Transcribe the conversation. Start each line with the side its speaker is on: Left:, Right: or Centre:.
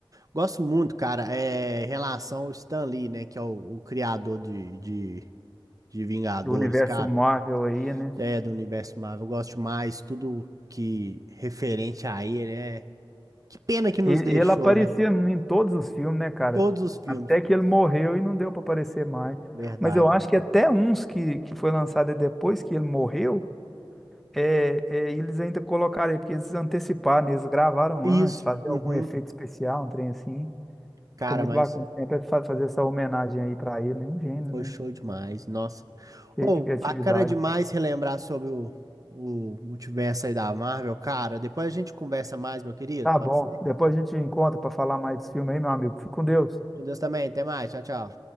Right: Gosto muito, cara, é em relação ao Stan Lee, né? Que é o, o criador de, de, de Vingadores,
Centre: Do universo
Right: cara.
Centre: Marvel aí, né?
Right: é, do universo Marvel. Eu gosto mais tudo que referente a ele, né? Que pena que nos
Centre: E, e
Right: deixou,
Centre: ele aparecia
Right: né?
Centre: em todos os filmes, né, cara?
Right: Todos os filmes,
Centre: Até
Right: todos.
Centre: que ele morreu e não deu para aparecer mais.
Right: Verdade,
Centre: Mas eu acho
Right: né?
Centre: que até uns que, que foi lançado depois que ele morreu. É, é, e eles ainda colocaram aí, porque eles anteciparam, né, eles gravaram
Right: Isso,
Centre: antes, fazer
Right: uhum.
Centre: algum efeito especial, um trem assim.
Right: Cara,
Centre: Ficou muito
Right: mas
Centre: bacana. Sempre fa- fazer essa homenagem aí pra ele, um gênio,
Right: foi
Centre: né?
Right: show demais, nossa.
Centre: Cheio
Right: Oh,
Centre: de criatividade.
Right: bacana demais relembrar sobre o, o multiverso aí da Marvel, cara. Depois a gente conversa mais, meu querido,
Centre: Tá
Right: pode
Centre: bom,
Right: ser?
Centre: depois a gente encontra pra falar mais desse filme aí, meu amigo. Fique com Deus.
Right: Com Deus também, até mais, tchau, tchau.